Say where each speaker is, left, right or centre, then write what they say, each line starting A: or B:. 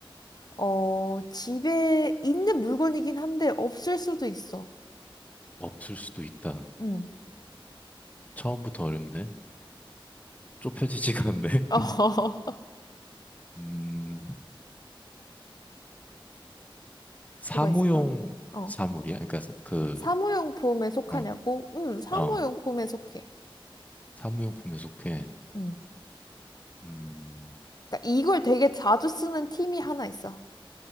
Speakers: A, on the left; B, on the left.
A: 어, 집에 있는 물건이긴 한데 없을 수도 있어.
B: 없을 수도 있다.
A: 응.
B: 처음부터 어렵네. 좁혀지지가 않네.
A: 어,
B: <laughs>
A: <laughs>
B: 음. 사무용
A: 뭐가 있을까? 어.
B: 사물이야? 그러니까 사- 그
A: 사무용품에 속하냐고?
B: 어.
A: 응, 사무용품에
B: 어.
A: 속해.
B: 사무용품에 속해.
A: 응.
B: 음.
A: 그러니까 이걸 되게 자주 쓰는 팀이 하나 있어.